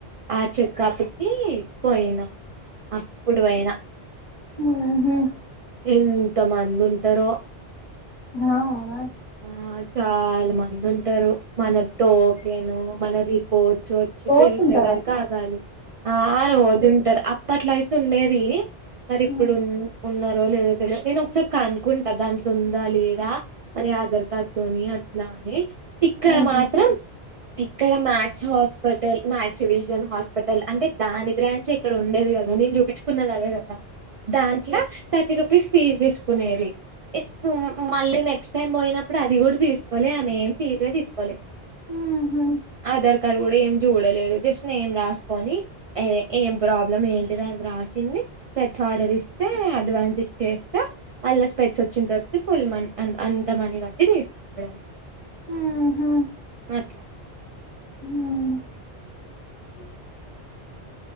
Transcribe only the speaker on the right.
ఆ చెకప్ కి పోయినాం అప్పుడు పోయినా
ఎన్ త మందింటరో
ఆ చాలా మంది ఉంటరు మన టోకెను మన రిపో చోచ్చి
పిలిచేవరకాగాలి ఆ రోజు ఉంటారు అప్ ప్పట్లయితే ఉండేది మరి
ఇప్పుడు ఉన్ ఉన్నారో లేదో తెలియ నేను ఒకసారి కాన్కుంటా దాంట్లో ఉందా లేదా మరి ఆధార్ కార్డ్ తోని అట్నానే ఇక్కడ
మాత్రం ఇక్కడ match hospital match vision hospital అంటే దాని బ్రాంచ్ ఇక్కడ ఉండేది కదా నేను చూపించుకున్నది అదే కదా దాంట్ల థర్టీ రూపీస్ ఫీజ్ తీసుకునేది ఇప్పు హు మళ్ళీ నెక్స్ట్ నేను పోయినప్పుడు అది కూడా తీసుకోలె ఆమె ఏం ఫీజే తీసుకోలే
ఆధార్ కార్డు కూడ ఏం చూడలేదు జస్ట్ న ఏం రాసుకొని ఏ ఏం ప్రాబ్లం ఏంటి అది రాసింది పె ఆర్డర్ ఇస్తే అడ్వాన్స్ ఇచ్చేస్త మళ్ళ స్పెట్స్ వచ్చిన తర్వాత ఫుల్ మనీ అ అంత మని కట్టి తీసుకోవడమే
అట్లా